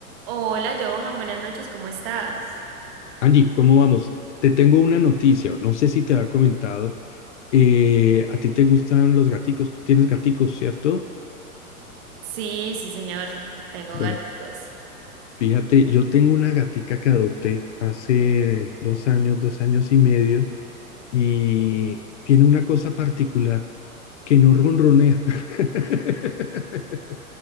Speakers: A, on the right; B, on the left.
A: Hola Johan, buenas noches, ¿cómo estás?
B: Angie, ¿cómo vamos? Te tengo una noticia, no sé si te había comentado. eh, ¿a ti te gustan los gaticos? Tú tienes gaticos, ¿cierto?
A: Sí, sí señor, tengo
B: Bueno,
A: gaticos,
B: fíjate, yo tengo una gatica que adopté hace dos años, dos años y medio, y tiene una cosa particular, que no ronronea, <laughs>